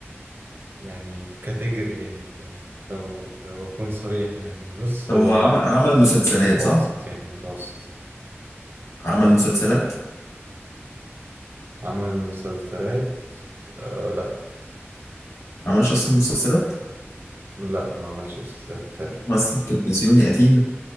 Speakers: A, on the right; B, on the left.
A: يعني في كاتيجوري يعني فاهم لو لو أكون صريح يعني بص
B: طب
A: هو
B: هو
A: يعني
B: عم- عمل مسلسلات
A: متوسط
B: صح؟
A: يعني متوسط
B: عمل مسلسلات؟
A: عمل مسلسلات آه لا
B: عملش اصلا مسلسلات؟
A: لا ما عملش مسلسلات بتاعي
B: ممثل تلفزيوني قديم